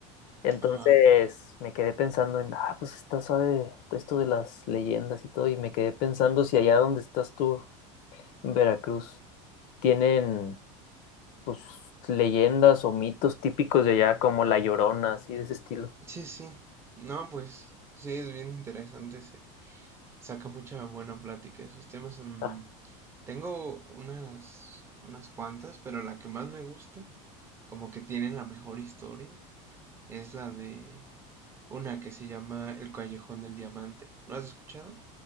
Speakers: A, on the left; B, on the right.
A: Entonces
B: Ajá.
A: me quedé pensando en, ah, pues está suave esto de las leyendas y todo, y me quedé pensando si allá donde estás tú, en Veracruz, tienen pues leyendas o mitos típicos de allá, como La Llorona, así de ese estilo.
B: Sí, sí. No, pues sí, es bien interesante. Se saca mucha buena plática esos temas. mm,
A: Ah.
B: tengo unas, unas cuantas, pero la que más me gusta, como que tiene la mejor historia, es la de una que se llama El Callejón del Diamante. ¿Lo has escuchado?